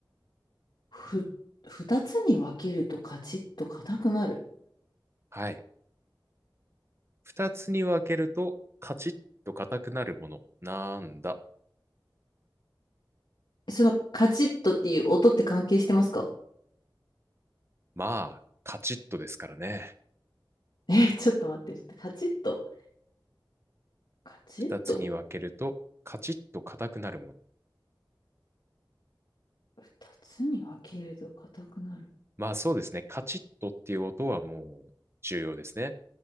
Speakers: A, on the left; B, on the right.
A: ふ、二つに分けるとカチッと硬くなる。
B: はい。二つに分けると、カチッと硬くなるもの。なんだ。
A: そのカチッとっていう音って関係してますか
B: まあ、カチッとですからね。
A: <laughs> え、ちょっと待って。カチッと。カチッと。
B: 二つに分けると、カチッと硬くなるもの。
A: 二つに分けると硬くなる。
B: まあそうですね。カチッとっていう音はもう重要ですね。